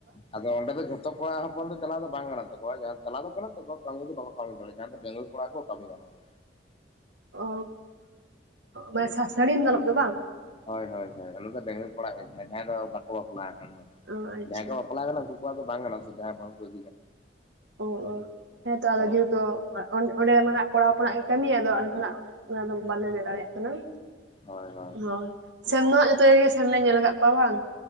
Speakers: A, on the left (about 30°); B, on the right (about 80°).
A: ᱟᱫᱚ ᱚᱸᱰᱮ ᱫᱚ ᱡᱷᱚᱛᱚ ᱠᱚᱲᱟ ᱦᱚᱯᱚᱱ ᱫᱚ ᱪᱟᱞᱟᱣ ᱫᱚ ᱵᱟᱝ ᱜᱟᱱᱚᱜ ᱛᱟᱠᱚᱣᱟ ᱪᱟᱞᱟᱣ ᱫᱚ ᱜᱟᱱᱚᱜ ᱛᱟᱠᱚᱣᱟ ᱠᱟᱹᱢᱤ ᱫᱚ ᱵᱟᱠᱚ ᱠᱟᱹᱢᱤ ᱫᱟᱲᱮᱭᱟᱜ-ᱟ ᱰᱟᱹᱝᱜᱩᱣᱟ ᱠᱚᱲᱟ ᱠᱚ ᱠᱟᱹᱢᱤᱭᱟ ᱚᱱᱟ ᱫᱚ
B: ᱚ ᱵᱮᱥᱟ ᱥᱟᱹᱲᱤᱢ ᱫᱟᱞᱚᱜ ᱫᱚ ᱵᱟᱝ
A: ᱦᱳᱭ ᱦᱳᱭ ᱦᱳᱭ ᱟᱱᱟ ᱫᱚ ᱵᱟᱸᱜᱩᱭᱟ. ᱠᱚᱲᱟᱜ ᱜᱮ ᱠᱟᱱᱟ ᱡᱟᱦᱟᱸᱭ ᱫᱚ ᱵᱟᱠᱚ ᱵᱟᱯᱞᱟ ᱟᱠᱟᱱ ᱫᱚ
B: ᱚ ᱟᱪᱪᱷᱟ
A: ᱡᱟᱦᱟᱸᱭ ᱠᱚ ᱵᱟᱯᱞᱟ ᱠᱟᱱᱟ ᱩᱱᱠᱩ ᱩᱱᱠᱩ ᱟᱜ ᱫᱚ ᱵᱟᱝ ᱠᱟᱱᱟ ᱥᱮ ᱡᱟᱦᱟᱸ ᱵᱟᱝ ᱠᱚᱣᱟ
B: ᱚ ᱦᱮᱸᱛᱚ ᱟᱫᱚ
A: ᱦᱮᱸ
B: ᱡᱮ ᱛᱚ ᱚ-ᱚᱸᱰᱮ ᱢᱟᱱᱟᱜ ᱠᱚᱲᱟ ᱦᱚᱯᱚᱱᱟᱜ ᱜᱮ ᱠᱟᱹᱢᱤᱭᱟᱫᱚ ᱟᱞᱮ ᱫᱚᱱᱟᱜ ᱚᱱᱟ ᱫᱚ ᱵᱟᱞᱮ ᱞᱟᱹᱭ ᱫᱟᱲᱮᱭᱟᱜ ᱠᱟᱱᱟ
A: ᱦᱳᱭ ᱦᱳᱭ
B: ᱦᱚ ᱥᱮᱱ ᱢᱟ ᱡᱚᱛᱚ ᱜᱮ ᱥᱮᱱᱞᱮ ᱧᱮᱞ ᱟᱠᱟᱫ ᱠᱚᱣᱟ ᱵᱟᱝ